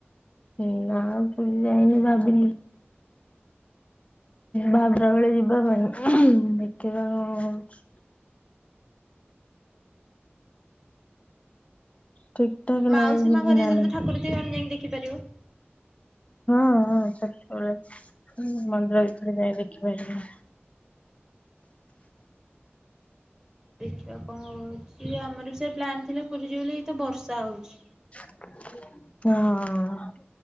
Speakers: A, on the left; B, on the right.
A: ଏ ନା ପୁରୀ ଯାଇନି ଭାବିଲି ବାହୁଡ଼ା ବେଳେ ଯିବା ପାଇଁ ଦେଖିବା କଣ ହଉଛି।। ଠିକ୍ ଠାକ୍
B: ମାଉସୀ
A: ନାଇଁ ଯିବି
B: ମା ଘରେ
A: ନା
B: ଯେତେବେଳେ
A: ନାଇଁ
B: ତ ଠାକୁର ଥିବେ ଆମେ ଯାଇକି ଦେଖିପାରିବା।
A: ହଁ ହଁ ସେତବେଳେ ମନ୍ଦିର ଭିତରେ ଯାଇ ଦେଖିପାରିବା।
B: ଦେଖିବା କଣ ହଉଛି ଆମର ସେ ପ୍ଲାନ୍ ଥିଲା ପୁରୀ ଯିବୁ ବୋଲି ଏତ ବର୍ଷା ହଉଛି।
A: ହଁ।